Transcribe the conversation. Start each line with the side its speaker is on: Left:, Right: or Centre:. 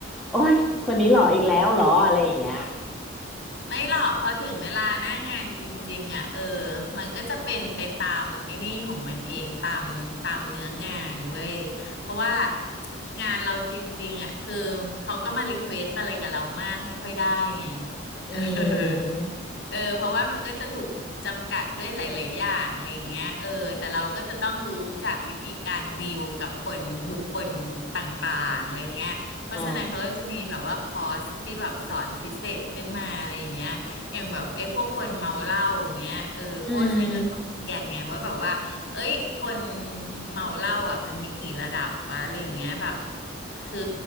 Centre: โอ้ยคนนี้หล่ออีกแล้วเหรออะไรอย่างเงี้ย
Left: ไม่หรอกพอถึงเวลาหน้างานจริงๆอ่ะเออมันก็จะเป็นไปตามไอ้นี่ของมันเองตามตามเนื้องานเว้ยเพราะว่างานเราจริงๆอ่ะคือเขาก็มารีเควสอะไรกับเรามากไม่ค่อยได้ไง
Centre: อื
Left: เออ
Centre: ม
Left: เออเพราะว่ามันก็จะถูกจำกัดด้วยหลายๆอย่างอะไรอย่างเงี้ยเออแต่เราก็จะต้องรู้จากวิธีการดีลกับคนบุคคลต่างๆอะไรเงี้ย เพราะฉะนั้นเขาก็จะมีแบบว่าคอร์สที่แบบสอนพิเศษขึ้นมาอะไรอย่างเงี้ยอย่างแบบไอ้พวกคนเมาเหล้าอย่างเงี้ยเออพวกฉันก็ต้องเรียนไงว่าแบบว่าเอ้ยคน
Centre: อ๋ออืม
Left: เมาเหล้าอ่ะมันมีกี่ระดับวะอะไรอย่างเงี้ยแบบคือ